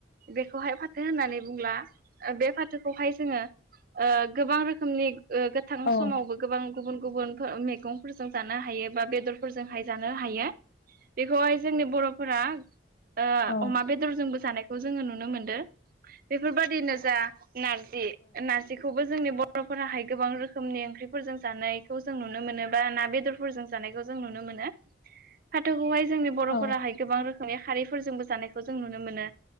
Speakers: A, on the right; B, on the left.
A: बेखौहाय फाथो होननानै बुंला बे फाथोखौहाय जोङो ओ गोबां रोखोमनि गो थां
B: औ
A: समावबो गोबां गुबुन गुबुन मैगंफोरजों जानो हायो बा बेदरफोरजोंहाय जानो हायो बेखौहाय जोंनि बर'फोरा ओ
B: औ औ
A: अमा बेदरजोंबो जानाय खौ जोङो नुनो मोनदो बेफोरबायदिनो जा नारजि ना रजिखौबो जोंनि बर'फोराहाय गोबां रोखोमनि ओंख्रिफोरजों जानायखौ जों नुनो मोनो बा ना बेदरफोरजों जानायखौ जों नुनो मोनो फाथोखौहाय जोंनि
B: नंगौ
A: बर'फोराहाय गोबां रोखोमनि खारिफोरजोंबो जानायखौ जों नुनो मोनो